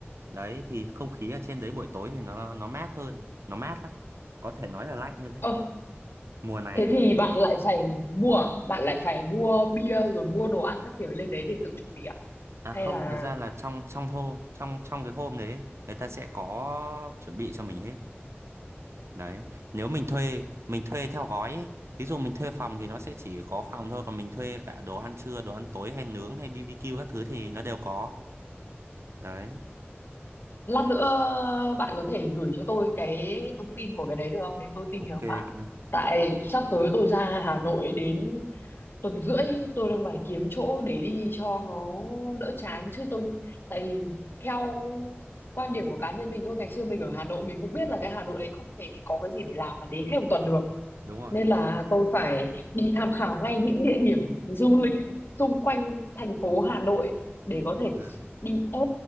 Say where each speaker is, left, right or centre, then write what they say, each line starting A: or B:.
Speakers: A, on the right; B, on the left.
A: đấy thì không khí ở trên đấy buổi tối thì nó nó mát hơn nó mát lắm có thể nói là lạnh luôn đấy
B: Ơ,
A: mùa này
B: thế
A: ấy.
B: thì bạn lại phải mua, à? bạn lại phải mua bia rồi mua đồ ăn các kiểu lên đấy để tự chuẩn bị à?
A: à
B: Hay
A: không
B: là
A: thật ra là trong trong hô trong trong cái hôm đấy ấy, người ta sẽ có chuẩn bị cho mình hết Đấy, nếu mình thuê, mình thuê theo gói ấy. Thí dụ mình thuê phòng thì nó sẽ chỉ có phòng thôi, còn mình thuê cả đồ ăn trưa, đồ ăn tối hay nướng hay BBQ các thứ thì nó đều có. Đấy,
B: Lát nữa bạn có thể gửi cho tôi cái thông tin của cái đấy được không? Để tôi
A: ok
B: tìm hiểu phát.
A: bạn ơi.
B: Tại sắp tới tôi ra Hà Nội đến tuần rưỡi tôi đang phải kiếm chỗ để đi cho nó đỡ chán chứ tôi tại vì theo quan điểm của cá nhân mình thôi ngày xưa mình ở Hà Nội mình cũng biết là cái Hà Nội đấy không thể có cái gì để làm mà đến hết một tuần được
A: Đúng rồi.
B: nên là tôi phải đi tham khảo ngay những địa điểm du lịch xung quanh thành phố Hà Nội để có thể
A: Ừ.
B: đi ơ